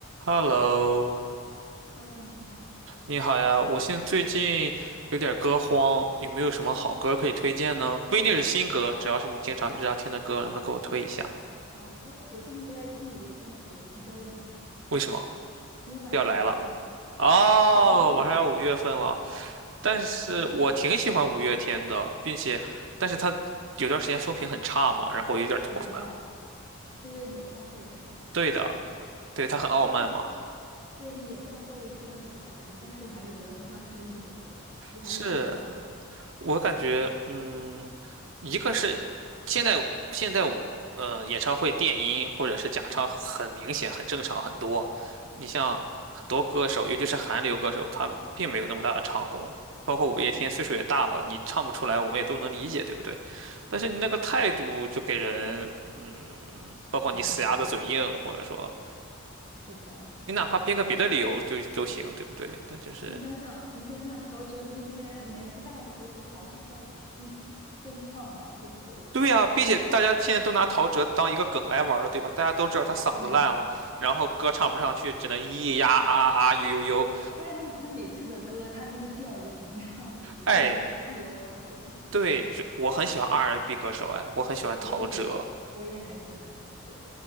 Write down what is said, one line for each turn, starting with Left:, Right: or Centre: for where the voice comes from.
Right: Hello，
Left: Hello，你好，
Right: 你好呀！我现在最近有点歌荒，有没有什么好歌可以推荐呢？不一定是新歌，只要是你经常日常听的歌，能不能给我推一下？
Left: 好歌，我最近都在听五月天的歌，你知道为什么吗？
Right: 为什么
Left: 因为马上五月份了呀。
Right: 要来了？哦，
Left: <laughs> 对呀，
Right: 马上要五月份了，但是我挺喜欢五月天的，
Left: <laughs> 对呀，
Right: 并且，但是他有段时间风评很差嘛，然后我有点脱粉。
Left: 我知道，是因为演唱会是吗？
Right: 对的，对，他很傲慢嘛。
Left: 但是对，那演唱会真的是不咋地，但是我还是比较喜欢他录的歌，我觉得还是挺好听的。
Right: 是，我感觉，嗯，一个是现在现在我，嗯、演唱会电音或者是假唱很明显、很正常很多。你像很多歌手，尤其是韩流歌手，他并没有那么大的唱功。包括五月天岁数也大了，你唱不出来，我们也都能理解，对不对？但是你那个态度就给人，嗯，包括你死鸭子嘴硬，
Left: 嗯，
Right: 或者说
Left: 是的，
Right: 你哪怕编个别的理由就都行，
Left: 他，
Right: 对不对？但就是
Left: 你想想，你想想陶喆那些年纪大的歌手，还是在用真唱啊，对不对？
Right: 对呀，并且大家现在都拿陶喆当一个梗来玩儿了，对吧？大家都知道他嗓子烂了，
Left: 对呀、
Right: 然后歌唱不上去，只能咿咿呀啊啊呦呦呦。
Left: 不然他他每次的歌，他那个调儿都不一样，<laughs> 每次那个自由发挥，
Right: 哎，对，这我很喜欢 R&B 歌手，哎，我很喜欢陶喆，
Left: 我也喜欢，我也很喜欢陶喆。